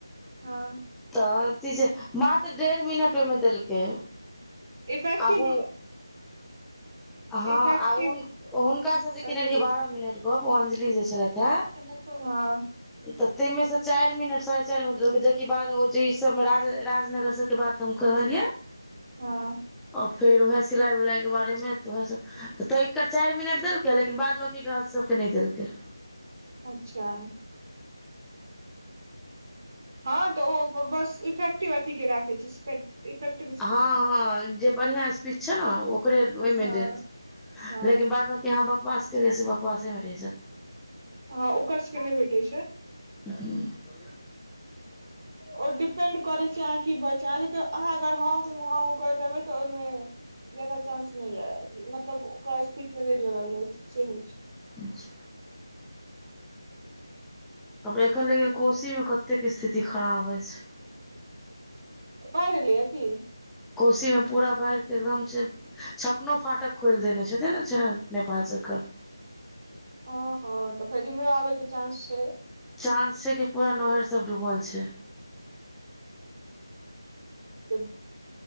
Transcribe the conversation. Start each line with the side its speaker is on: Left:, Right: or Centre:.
Right: हँ
Centre: तऽ मात्र डेढ़ मिनट ओइमे देलकै
Right: इफैक्टिव
Centre: आ हँ
Right: इफेक्टिव
Centre: आ हुन हुनका से जे केने
Right: अथी
Centre: रहिये बारह मिनट गप ओ अंजलि जे छलथि हे
Right: <inaudible>
Centre: तऽ तमे से चारि मिनट साढ़े चारि मिनट देलकै जेकि बाद ओ जे ई राजनगर सबके बात हम कहलियै आ
Right: हँ
Centre: फेर उएह सिलाई उलाई के बारे में तऽ उएह त एक चारि मिनट देलक लेकिन बाद बाँकी के आहा सब के नहि देलकै
Right: अच्छा हँ तऽ ओ बस इफेक्टिव अथी के राखै छय <unintelligible>
Centre: हँ हँ जे बढ़ियां स्पीच छै न ओकरे
Right: छै
Centre: ओहिमे
Right: हँ
Centre: देत
Right: हँ
Centre: लेकिन बाद बां कि अहाँ बकवास केलियइ से बकबासेमे रहि जैत
Right: हँ ओकर सके नै भेटै छै
Centre: हूँ
Right: ओ डिपेंड करइ छै अहाँ की बच छै अहाँ अहाँ अगर हँ ह हँ क देबै तऽ ओहिमे ज्यादा चांस नहि य मतलब ओकरा स्पीक मे नहि जोड़ल जाइ छै सेह होय छै
Centre: अच्छा एखन लेकिन कोशी मे कतेक स्थिति खराब अछि
Right: बाढ़ एलय हन की
Centre: कोशीमे पूरा बाढ़िके एकदम छै छपनो फाटक खोल देने छैे ने नेपाल सरकार
Right: ओ हँ तऽ फेर इमहरो आबे के चानंस छै
Centre: चांस छै कि पूरा नहर सब डूबल छै
Right: तऽ